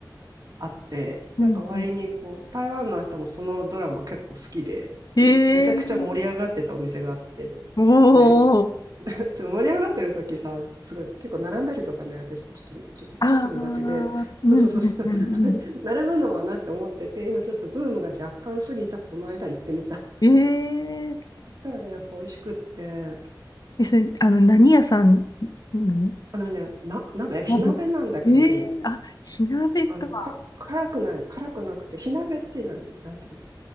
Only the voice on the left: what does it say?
うんうん。
えー、
お
ー。
ああ、うんうんうんうん
うん。ええ
ですね。あの、何屋さん、うん
まで。ええあ、火鍋か。